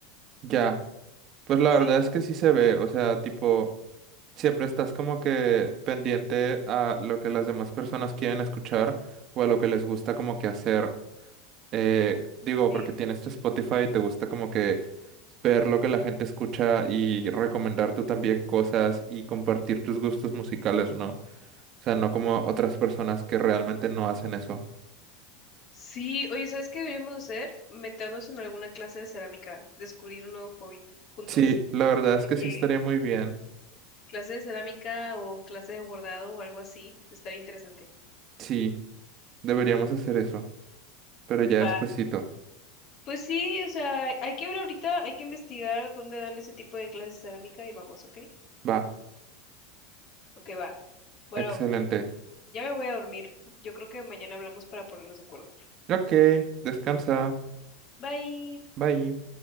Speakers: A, on the right; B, on the left.
A: ya. Pues la
B: Sí,
A: verdad es que sí se ve, o sea, tipo, siempre estás como que pendiente a lo que las demás personas quieren escuchar o a lo que les gusta como que hacer. Eh, digo,
B: sí.
A: porque tienes tu Spotify y te gusta como que ver lo que la gente escucha y recomendar tú también cosas y compartir tus gustos musicales, ¿no? O sea, no como otras personas que realmente no hacen eso.
B: Sí, oye, ¿sabes qué deberíamos hacer? Meternos en alguna clase de cerámica, descubrir un nuevo hobby juntos,
A: Sí, la verdad es
B: de
A: que
B: que
A: sí estaría muy bien.
B: clase de cerámica o clase de bordado o algo así, estaría interesante.
A: Sí, deberíamos hacer eso, pero ya
B: Va,
A: despuesito.
B: Pues sí, o sea, hay que ver ahorita, hay que investigar dónde dan ese tipo de clases de cerámica y vamos, ¿ok?
A: Va,
B: Ok, va. Bueno,
A: excelente.
B: ya me voy a dormir. Yo creo que mañana hablamos para ponernos de acuerdo.
A: Ok, descansa.
B: Bye.
A: Bye.